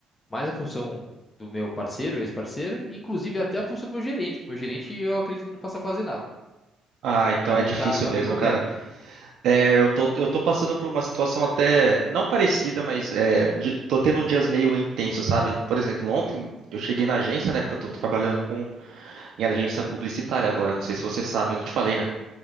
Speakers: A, on the left (about 25°); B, on the right (about 75°).
A: mais a função do meu parceiro, ex-parceiro, e inclusive até a função do meu gerente, que meu gerente eu acredito que não faça quase nada.
B: Ah, então
A: E aí
B: é difícil
A: tá, tá
B: mesmo,
A: bem complexo.
B: cara. É, eu tô, eu tô passando por uma situação até não parecida, mas é, de- tô tendo dias meio intensos, sabe? Por exemplo, ontem eu cheguei na agência, né? Porque eu tô trabalhando com, em agência publicitária agora, não sei se você sabe, eu não te falei, né?